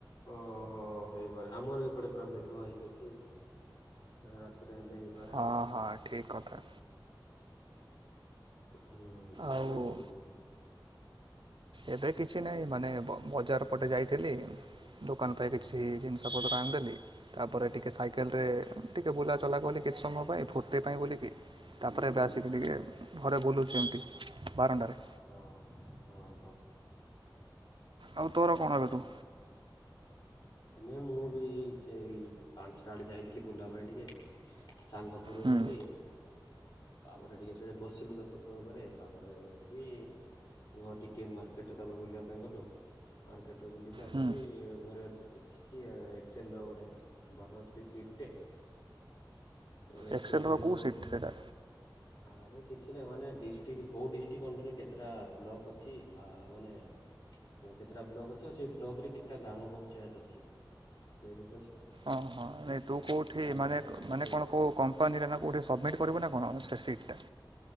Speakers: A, on the left; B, on the right.
A: ଓହୋ ହେଇପାରେ ଆମର ବି ଏପଟେ ପୁରା ମେଘ ହେଇକି ଅଛି। ରାତି ତିରେ ହେଲେ ହେଇପାରେ
B: ହଁ
A: ଆଉ।
B: ହଁ ଠିକ୍ କଥା
A: ହୁଁ
B: ଆଉ
A: କଣ କରୁଚୁ?
B: ଏବେ କିଛି ନାହିଁ ମାନେ ବ ବଜାର ପଟେ ଯାଇଥିଲି ଦୋକାନ ପାଇଁ କି କିଛି ଜିନିଷ ପତ୍ର ଆଣିଦେଲି। ତାପରେ ଟିକେ ସାଇକେଲରେ ଟିକେ ବୁଲା ଚଲା କଲି କିଛି ସମୟ ପାଇଁ ଫୁର୍ତ୍ତି ପାଇଁ ବୋଲି କି ତାପ ପରେ ଏବେ ଆସିକି ଟିକେ
A: ଆଛା
B: ଘରେ ବୁଲୁଛି ଏମିତି ବାରଣ୍ଡାରେ।
A: ଓହୋ ହଁ ହଁ।
B: ଆଉ ତୋର କଣ ଏବେଠୁ?
A: ନାଇଁ ମୁଁ ବି ସେଇ ପାଞ୍ଚଟା ଆଡେ ଯାଇଥିଲି ବୁଲିବା ପାଇଁ ଟିକେ ସାଙ୍ଗ ଘରୁକୁ
B: ହୁଁ
A: ଗଲି ତାପରେ ଟିକେ ସେଠେ ବସିଲୁ ତା ଛତ ଉପରେ ତାପରେ ବସିକି ଘର ଟିକେ ମାର୍କେଟ ତାପରେ ବୁଲିବା ପାଇଁ ଗଲୁ ପରେ ମାର୍କେଟରେ ବୁଲିକି ଆସିକି
B: ହୁଁ
A: ଘରେ ଅଛି। ଏକ୍ସଚିଆ ଏକ୍ସଲେର ଗୋଟେ ବନଉଥିଲି ସିଟ ଟେ। ତ ଏକ୍ସେଲ
B: ଏକ୍ସେଲର
A: ସିଟ
B: କେଉଁ
A: ବନଉଥିଲି
B: ସିଟ୍ ସେଇଟା
A: ଆରେ କିଛି ନାହିଁ ମାନେ ଡିଷ୍ଟ୍ରିକ୍ଟ କୋଉ ଡିଷ୍ଟ୍ରିକ୍ଟ ଅଣ୍ଡରରେ କେତେଟା ବ୍ଲକ ଅଛି ଆ ମାନେ କେତେଟା ବ୍ଲକ ଅଛି ଆଉ ସେଇ ବ୍ଲକ ରେ କେତେଟା ଗ୍ରାମ ପଞ୍ଚାୟତ ଅ ଛି ସେଇ ବିଷୟ
B: ଓହୋ ନାଇଁ ତୁ କୋଉଠି
A: ଗୋଟେ
B: ମାନେ
A: ନିଜେ
B: ମାନେ କଣ କୋଉ କମ୍ପାନୀରେ ନା କୋଉଠି ସବମିଟ୍ କରିବୁ ନା କଣ ସେ ସିଟଟା?